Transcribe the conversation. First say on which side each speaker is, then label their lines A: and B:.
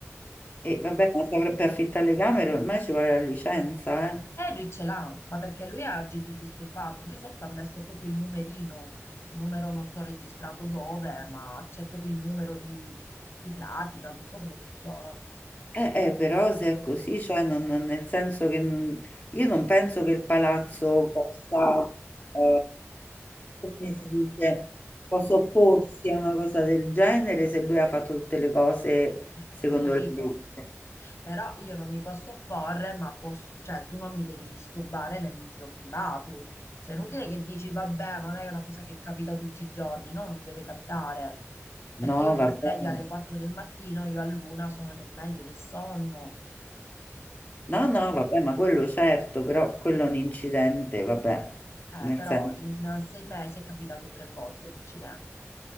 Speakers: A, on the left; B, on the left.
A: E vabbè, ma se per affittare le camere ormai ci vuole la licenza, eh.
B: Eh, lui ce l'ha, ma perché lui ha agito indisturbato, lui sotto ha messo proprio il numerino, numero non so registrato dove, ma c'è proprio il numero di, di pratica, non so come funziona,
A: Eh, eh, però se è così, cioè non- non- nel senso che non- io non penso che il palazzo possa, eh, come si dice, possa opporsi a una cosa del genere se lui ha fatto tutte le cose
B: Eh,
A: secondo
B: capito?
A: la legge.
B: Però io non mi posso opporre, ma posso, cioè tu non mi devi disturbare nel mio privato, cioè è inutile che dici vabbè, ma non è una cosa che capita tutti i giorni, no, non deve capitare, perché
A: No,
B: io mi
A: vabbè,
B: sveglio alle 4 del mattino, io all'una sono nel meglio del sonno,
A: no,
B: cioè...
A: no, vabbè, ma quello certo, però quello è un incidente, vabbè,
B: Eh,
A: nel
B: però
A: senso,
B: in sei mesi è capitato tre volte l'incidente.